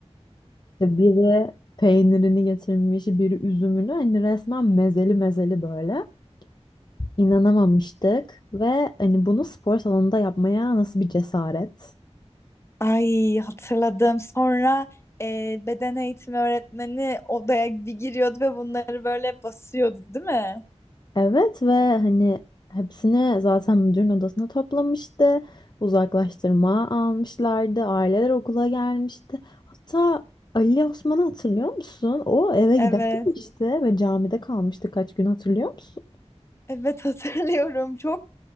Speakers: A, on the left (about 40°); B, on the left (about 25°).
A: İşte biri peynirini getirmiş, biri üzümünü. Hani resmen mezeli mezeli böyle. İnanamamıştık ve hani bunu spor salonunda yapmaya nasıl bir cesaret?
B: Ay hatırladım. Sonra e, beden eğitimi öğretmeni odaya bir giriyordu ve bunları böyle basıyordu, değil mi?
A: Evet ve hani hepsini zaten müdürün odasına toplamıştı. Uzaklaştırma almışlardı. Aileler okula gelmişti. Hatta Ali Osman'ı hatırlıyor musun? O eve
B: Evet.
A: gidememişti ve camide kalmıştı kaç gün hatırlıyor musun?
B: Evet <laughs> hatırlıyorum. Çok